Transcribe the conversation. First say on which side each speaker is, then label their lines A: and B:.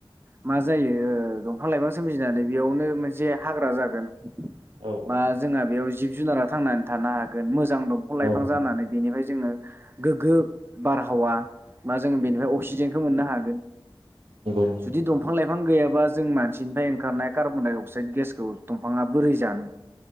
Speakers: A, on the right (about 25°); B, on the right (about 85°).
A: मा जायो ओ दंफां लाइफां सोमजिनानै बेयावनो मोनसे । हाग्रा जागोन।
B: औ नंगौ औ
A: बा जोंहा बेयाव जि जुनारा थांनानै थानो हागोन मोजां । मोजां दंफां लाइफां
B: औ
A: जानानै बेनिफ्राय । जोङो गोग्गो बारहावा बा जों बेनिफ्राय अक्सिजेनखौ मोननो हागोन।
B: नंगौ नंगौ
A: जुदि दंफां लाइफां गैयाबा जों मानसिनिफ्राय ओंखारनाय कार्बन डाइ अक्साइड गेस खौ दंफाङा बोरै जानो